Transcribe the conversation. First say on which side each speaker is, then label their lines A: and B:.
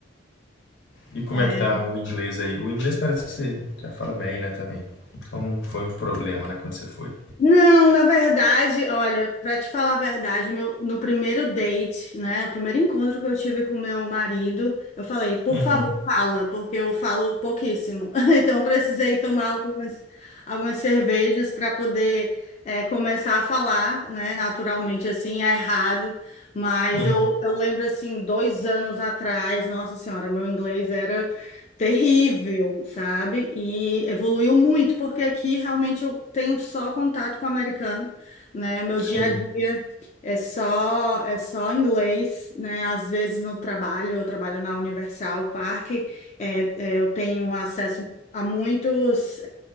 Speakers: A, on the left; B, on the left.
A: E como
B: <laughs>
A: é que tá o inglês aí? O inglês parece que você já fala bem, né, também. Então não foi um problema, né, quando você foi.
B: Não, na verdade, olha, para te falar a verdade, meu, no primeiro date, né, o primeiro encontro que eu tive com meu marido, eu falei, por
A: Uhum,
B: favor, fala, porque eu falo pouquíssimo. <laughs> Então, precisei tomar algumas, algumas cervejas para poder é, começar a falar, né, naturalmente, assim, é errado. Mas
A: uhum,
B: eu, eu lembro, assim, dois anos atrás, nossa senhora, meu inglês era terrível, sabe? E evoluiu muito, porque aqui realmente eu tenho só contato com o americano, né? O meu
A: sim,
B: dia a dia é só é só inglês, né? Às vezes no trabalho, eu trabalho na Universal Park, é, é, eu tenho acesso a muitas